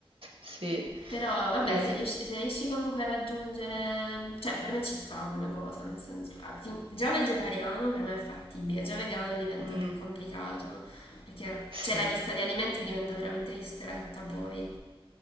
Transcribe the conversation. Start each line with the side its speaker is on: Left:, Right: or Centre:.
Right: Sì.
Left: Però vabbè,
Right: Eh,
Left: se riesci, se riesci comunque a raggiungere, cioè per me ci sta come cosa, nel senso, a- fin- già vegetariano per me è fattibile, già vegano diventa
Right: mm.
Left: più complicato, perché
Right: Sì.
Left: cioè la lista di alimenti diventa veramente ristretta poi.